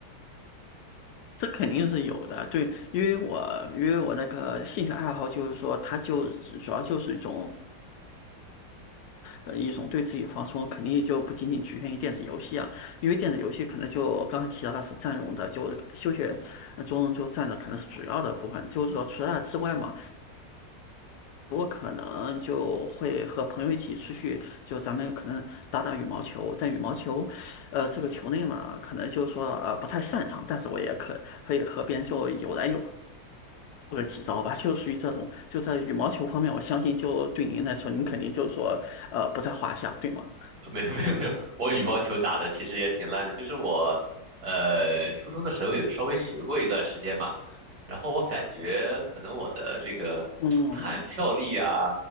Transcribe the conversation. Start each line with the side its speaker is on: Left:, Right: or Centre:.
Left: 这肯定是有的，对，因为我因为我那个兴趣爱好就是说，它就主要就是一种呃一种对自己放松，肯定就不仅仅局限于电子游戏啊，因为电子游戏可能就刚才提到它是占用的，就休闲呃中就占的可能是主要的部分，就是说除了它之外嘛，我可能就会和朋友一起出去，就咱们可能打打羽毛球，但羽毛球，呃，这个球类嘛，可能就是说呃不太擅长，但是我也可可以和别人就有来有。或者几招吧，就属于这种，就在羽毛球方面，我相信就对您来说，您肯定就是说，呃，不在话下，对吗？
Right: 呃没有没有没有，我羽毛球打的其实也挺烂的，就是我呃初中的时候有稍微学过一段时间嘛，然后我感觉可能我的这个弹跳力啊，
Left: 嗯，